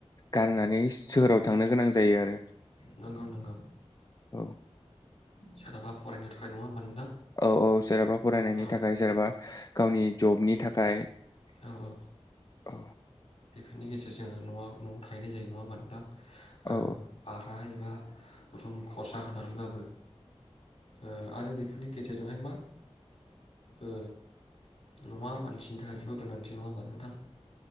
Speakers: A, on the left; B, on the left.
A: गारनानै सोहोराव थांनो गोनां जायो आरो।
B: नोंगौ नोंगौ।
A: औ
B: सोरहाबा फरायनो थाखाय नङा होमबा नोंथां।
A: औ औ सोरबा फ फरायनायनि
B: औ
A: थाखाय जेनेबा। गावनि जबनि थाखाय
B: औ औ
A: औ
B: बेफोरनि गेजेर जोङो नवा नआव थाहैनाय जायो नङा ओमबा नोंथां। ओ‌
A: औ
B: भारा एबा रुम खरसा होनानैबाबो ओ आरो बेफोरनि गेजेरजोंहाय मा ओ नवा मानसिनि थाखाय जेबो गोनांथि नङा होमा नोंथां।